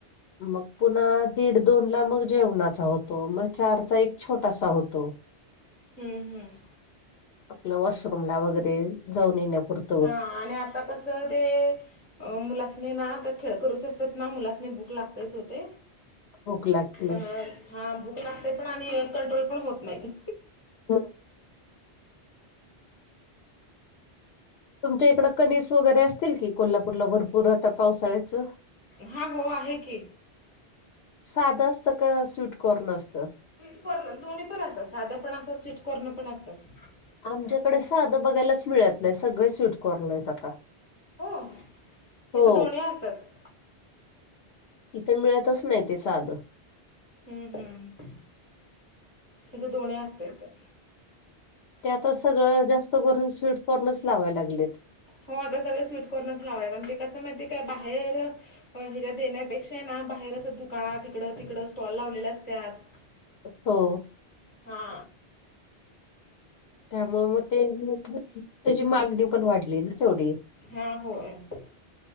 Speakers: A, on the left; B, on the left.
A: मग पुन्हा दीड दोन ला मग जेवणाचा होतो मग चारचा एक छोटासा होतो
B: हम्म हम्म
A: आपलं वॉशरूम ला वगैरे जाऊन येण्यापुरत
B: हा आणि आता कस ते मुलासने ना तर खेळ करूचे असतात ना मुलासने भूक लागतेच होते
A: भूक लागते
B: पण हा भूक लागते पण आणि कंट्रोल पण होत नाही
A: हा तुमच्या इकडं कनिस वगैरे असतील की कोल्हापूरला भरपूर आता पावसाळ्याचं
B: हा हो आहे की
A: साधं असतं का स्वीटकॉर्न असतं
B: स्वीट कॉर्नर दोन्हीणतात साधं पण असतात स्वीट कॉर्नर पण असतात
A: आमच्याकडे साधं बघायलाच मिळतलंय सगळे स्वीटकॉर्नर आहेत आता
B: हो
A: हो
B: हे तर दोन असतात
A: इथं मिळतच नाही ते साधं
B: हम्म हम्म इथे दोन्ही असतात तर
A: ते आता सगळं जास्त करून स्वीटकॉर्नच लावाय लागलेत
B: हो आता सगळे स्वीट कॉर्नर्स लावायात म्हणजे कसं माहितीे काय बाहेर ह्याच्या देण्यापेक्षा ना बाहेरच दुकाना तिकडं तिकडं स्टॉल लावलेले असतात
A: हो
B: हा
A: त्यामुळ मग ते त्याची मागणी पण वाढली ना तेवढी
B: हा होतें